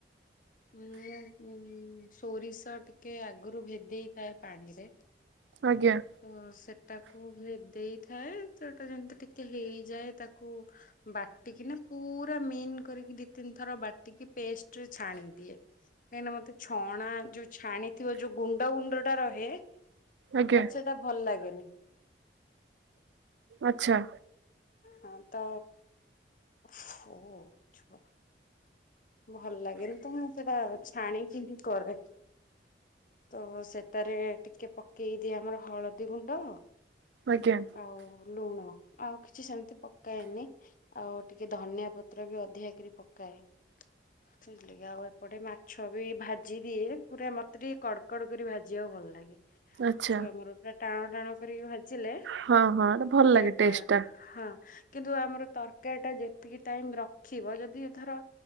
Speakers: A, on the left (about 45°); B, on the right (about 85°).
A: ଉଁ ଉଁ ସୋରିଷ ଟିକେ ଆଗରୁ ଭେଦେଇ ଥାଏ ପାଣି ରେ।
B: ଆଜ୍ଞା।
A: ତ ସେଟାକୁ ଭେଦେଇଥାଏ ସେଟା ଯେମିତି ଟିକେ ହେଇଯାଏ ତାକୁ ବାଟିକି ନା ପୁରା ମିନ୍ କରିକି ଦି ତିନି ଥର ବାଟିକି ପେଷ୍ଟ ରେ ଛାଣି ଦିଏ। କାହିଁକିନା ମତେ ଛଣା ଯୋଉ ଛାଣିଥିବ ଯୋଉ ଗୁଣ୍ଡ ଗୁଣ୍ଡ ଟା ରହେ
B: ଆଜ୍ଞା
A: ମତେ ସେଟା ଭଲ ଲାଗେନି।
B: ଆଛା।
A: ହଁ ତ ଓହୋ ଛୁଆ ଭଲ ଲାଗେନି ତ ମୁଁ ସେଇଟା ଛାଣିକି ହିଁ କରେ। ତ ସେତାରେ ଟିକେ ପକେଇ ଦିଏ ଆମର ହଳଦୀ ଗୁଣ୍ଡ।
B: ଆଜ୍ଞା।
A: ଆଉ ଲୁଣ ଆଉ କିଛି ସେମିତି ପକାଏନି। ଆଉ ଟିକେ ଧନିଆ ପତ୍ର ବି ଅଧିକା କରି ପକାଏ। ସେଇଥିଲାଗି ଆଉ ଏ ପଟେ ମାଛ ବି ଭାଜି ଦିଏ ପୁରା ମତେ ଟିକେ କଡ କଡ କରି ଭାଜିବାକୁ ଭଲ ଲାଗେ।
B: ଆଚ୍ଛା
A: ଯଉ ଆମର ପୁରା ଟାଣ ଟାଣ କରିକି ଭାଜିଲେ
B: ହଁ ହଁ ଏଟା ଭଲ ଲାଗେ
A: ସେଇଟା
B: ଟେଷ୍ଟ ଟା
A: ହଁ। କିନ୍ତୁ ଆମର ତରକାରୀ ଟା ଯେତିକି ଟାଇମ ରଖିବ ଯଦି ଧର